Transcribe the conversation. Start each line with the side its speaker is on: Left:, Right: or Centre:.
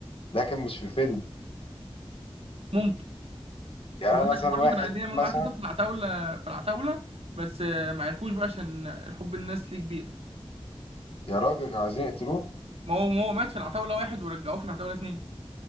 Left: لكن مش في فيلم
Right: ممكن
Left: يعني
Right: بيقول
Left: انا مثلا
Right: لك برضه
Left: واحد
Right: كانوا عايزين يعملوا
Left: مثلا
Right: معاه كده في العتاولة في العتاولة بس آه، ما عرفوش بقى عشان حب الناس ليه كبير
Left: يا راجل كانوا عايزين يقتلوه
Right: ما هو ما هو مات في العتاولة واحد ورجعوه في العتاولة اتنين